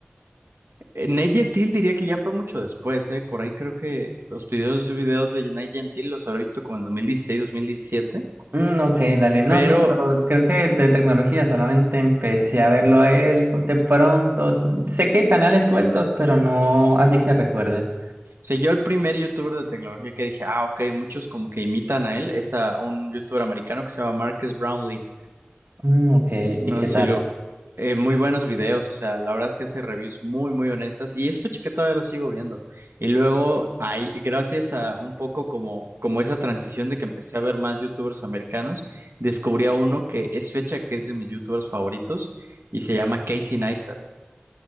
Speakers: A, on the right (about 80°); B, on the right (about 55°).
A: Eh, Nat Gentil diría que ya fue mucho después, ¿eh? Por ahí creo que los videos, videos de Nat Gentil los habré visto como en 2016, 2017.
B: Mm, ok, dale. No,
A: Pero,
B: sí, pero
A: o
B: creo que de tecnología solamente empecé a verlo a él de pronto. Sé que hay canales sueltos, pero no así que recuerden.
A: sea, yo el primer youtuber de tecnología que dije, ah, ok, muchos como que imitan a él, es a un youtuber americano que se llama Marcus Brownlee.
B: Mm, ok,
A: No,
B: ¿y qué
A: sí,
B: tal?
A: lo, eh, muy buenos videos, o sea, la verdad es que hace reviews muy, muy honestas y es fecha que todavía lo sigo viendo. Y luego, hay, gracias a un poco como, como esa transición de que empecé a ver más youtubers americanos, descubrí a uno que es fecha que es de mis youtubers favoritos y se llama Casey Neistat.